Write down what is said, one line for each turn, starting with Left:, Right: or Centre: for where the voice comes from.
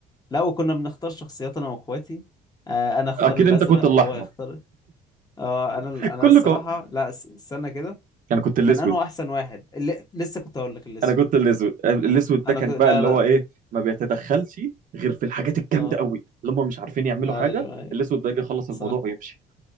Left: لا وكنا بنختار شخصيات انا واخواتي آه، انا اختار
Right: اكيد
Left: الازرق
Right: انت كنت الاحمر
Left: وهو يختار اه انا
Right: <laughs>
Left: انا
Right: كله
Left: الصراحة
Right: كم...
Left: لا س- استنى كده
Right: انا كنت الاسود
Left: كان انه احسن واحد اللي لسه كنت اقول لك الاسود
Right: انا كنت الاسود الاسود
Left: انا
Right: ده كان
Left: كنت
Right: بقى
Left: لا
Right: اللي
Left: لا
Right: هو ايه ما بيتدخلش غير في الحاجات الجامده
Left: اه
Right: قوي اللي هم مش عارفين يعملوا
Left: ايوه
Right: حاجه
Left: ايوه
Right: الاسود ده يجي يخلص
Left: صح
Right: الموضوع ويمشي